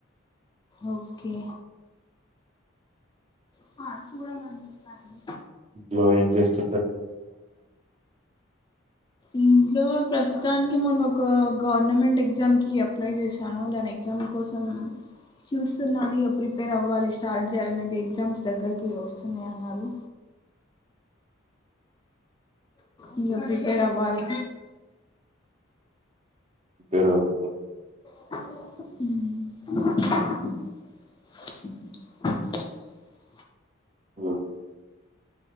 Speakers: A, on the left; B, on the right.
A: ఓకే హా చూడాలనిపిస్తుంది
B: జో జస్ట్
A: ఇంట్లో ప్రస్తుతానికి మొన్న ఒక గవర్నమెంట్ ఎగ్జామ్ కి అప్లై చేశాను దాని ఎగ్జామ్ కోసం చూస్తున్నాను ఇగ ప్రిపేర్ అవ్వాలి స్టార్ట్ చేయాలి మేబి ఎగ్జామ్స్ దగ్గరికి వస్తూనే ఉన్నారు ఇంగా ప్రిపేర్ అవ్వాలి
B: ప్రిపేర్ అవ్వుపో
A: ఉమ్
B: హలో!